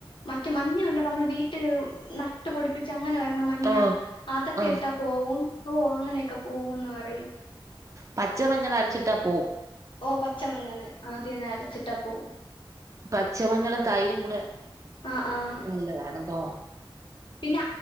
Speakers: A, on the left; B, on the right.
A: മറ്റെ മഞ്ഞ ഉണ്ടല്ലോ നമ്മൾ വീട്ടിൽ നടു നട്ടുപൊടിപ്പിച്ച അങ്ങനെ വരണ മഞ്ഞ
B: ആഹ്
A: അതൊക്കെ
B: ആഹ്
A: ഇട്ടാ പോവും ഓ അങ്ങനെയൊക്കെ പോവുന്ന് പറയും
B: പച്ച മഞ്ഞൾ അരച്ചിട്ടാ പോവും
A: ഓ പച്ചമഞ്ഞള് ആത് തന്നെ അരച്ചിട്ടാ പോവും
B: പച്ചമഞ്ഞളും തൈരും കൂടെ
A: ആഹ് ആഹ്
B: നല്ലതാണെന്ന് തോന്നണു
A: പിന്നെ